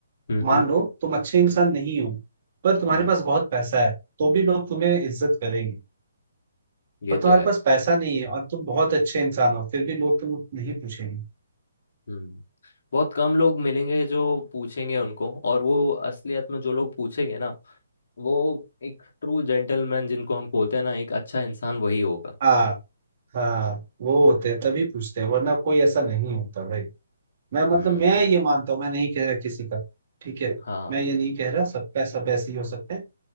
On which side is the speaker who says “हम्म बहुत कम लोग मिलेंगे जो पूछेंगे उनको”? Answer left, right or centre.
Left